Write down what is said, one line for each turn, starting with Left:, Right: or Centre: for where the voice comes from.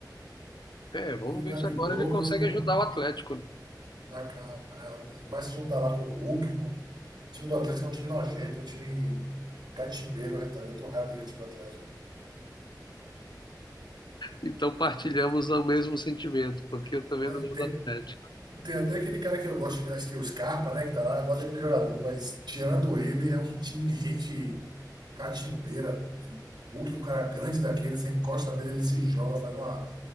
Left: É, vamos
Right: E Gabigol,
Left: ver se agora ele consegue
Right: eu não.
Left: ajudar o Atlético, né?
Right: a- a- a- vai se juntar lá com o Hulk, com o time do Atlético, é um time nojento, é um time catimbeiro, retalho. Eu tenho raiva do time do Atlético.
Left: Então partilhamos o mesmo sentimento, porque eu também
Right: Pô, é,
Left: não sou
Right: Tem,
Left: do Atlético.
Right: tem até aquele cara que eu gosto, acho que é o Scarpa, né, que tá lá, eu gosto daquele jogador, mas tirando ele, é um time de gente catimbeira. O que um cara grande daquele, você encosta nele, ele se joga, faz uma,